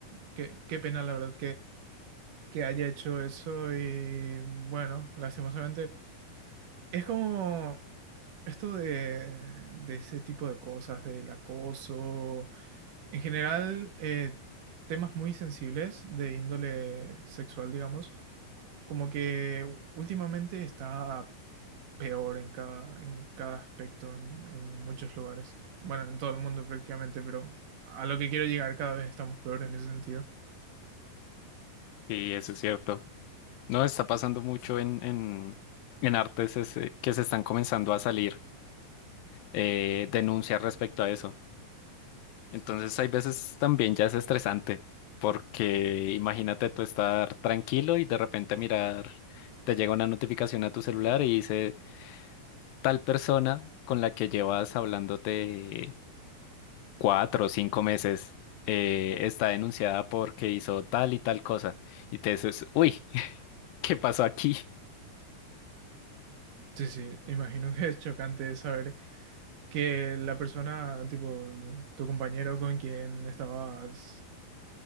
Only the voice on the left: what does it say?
Sí, eso es cierto. No, está pasando mucho en, en, en artes ese- que se están comenzando a salir eh, denuncias respecto a eso. Entonces, hay veces también ya es estresante, porque imagínate tú estar tranquilo y de repente mirar, te llega una notificación a tu celular y dice tal persona con la que llevas hablándote cuatro o cinco meses eh, está denunciada porque hizo tal y tal cosa. Y te dices, uy, <laughs> ¿qué pasó aquí?